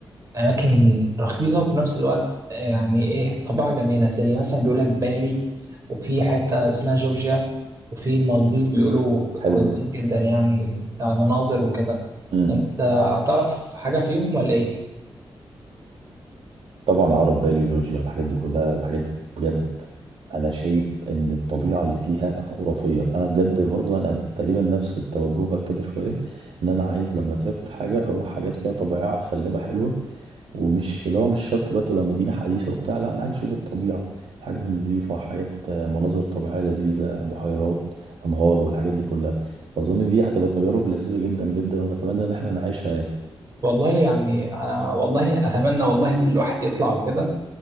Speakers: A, on the right; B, on the right.
A: أماكن رخيصة وفي نفس الوقت آه، يعني إيه طبيعة جميلة زي مثلا بيقول لك بالي وفي حتة اسمها جورجيا وفي المالديف بيقولوا
B: حلو
A: كويسين جدا يعني كمناظر وكده
B: ده
A: أنت هتعرف حاجة فيهم ولا إيه؟
B: طبعا اعرف بالي وجورجيا والحاجات دي كلها الحاجات دي بجد انا شايف ان الطبيعه اللي فيها خرافيه انا بجد برضو انا تقريبا نفس توجهك كده شويه ان انا عايز لما اسافر حاجه اروح حاجات فيها طبيعه خلابه حلوه ومش لو مش شرط بقى تبقى مدينه حديثه وبتاع لا انا عايز اشوف الطبيعه الحاجات النظيفه حاجات آه، مناظر طبيعيه لذيذه بحيرات انهار والحاجات دي كلها فاظن دي هتبقى تجارب لذيذه جدا جدا واتمنى ان احنا نعيشها يعني.
A: والله يعني أنا والله أتمنى والله الواحد يطلع وكده